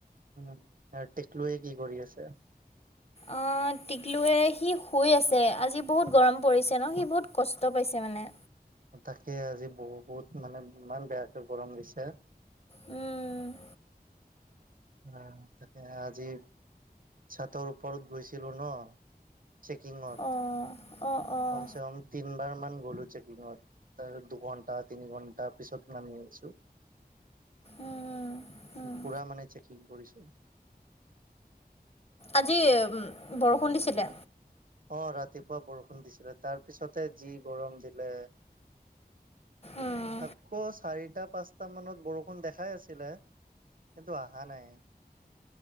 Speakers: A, on the right; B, on the left.
A: উম আৰু টেকলয়ে কি কৰি আছে।
B: অ টিকলুৱে সি শুই আছে আজি বহুত গৰম পৰিছে ন সি বহুত কষ্ট পাইছে। মানে
A: তাকে আজি বহুত মানে ইমান বেয়াকে গৰম দিছে।
B: উম
A: আহ তাকে আজি চাতৰ ওপৰত গৈছিলো ন। চেকিঙত
B: অঁ অঁ অঁ
A: কম চে কম তিনবাৰ মান গ'লো চেকিঙত ত দুঘণ্টা তিনি ঘণ্টা পিছত নামি ছো
B: উম উম।
A: পুৰা মানে চেকিং কৰিছো।
B: আজি উ বৰষুণ দিছিলে।
A: অ ৰাতিপুৱা বৰষুণ দিছিলে তাৰপিছতে যি গৰম দিলে।
B: উম
A: আকৌ চাৰিটা পাঁচটা মানত বৰষুণ দেখাই আছিলে। কিন্তু অহা নাই।